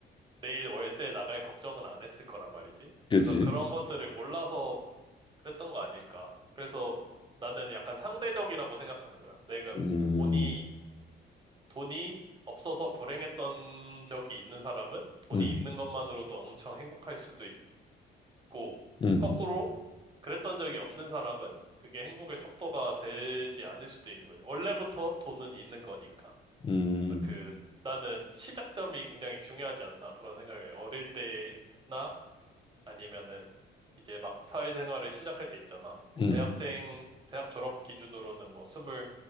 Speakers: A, on the right (about 25°); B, on the left (about 25°).
A: 내일 월세 나갈 걱정은 안 했을 거란 말이지.
B: 그지
A: 그래서 그런 것들을 몰라서 그랬던 거 아닐까. 그래서 나는 약간 상대적이라고 생각하는 거야. 내가
B: 음,
A: 돈이, 돈이 없어서 불행했던 적이 있는 사람은 돈이
B: 음,
A: 있는 것만으로도 엄청 행복할 수도 있고,
B: 음,
A: 거꾸로 그랬던 적이 없는 사람은 그게 행복의 척도가 되지 않을 수도 있는 거죠. 원래부터 돈은 있는 거니까.
B: 음,
A: 그래서 그 나는 시작점이 굉장히 중요하지 않나 그런 생각을 해. 어릴 때나 아니면은 이제 막 사회생활을 시작할 때 있잖아. 뭐
B: 음,
A: 대학생 대학 졸업 기준으로는 뭐 스물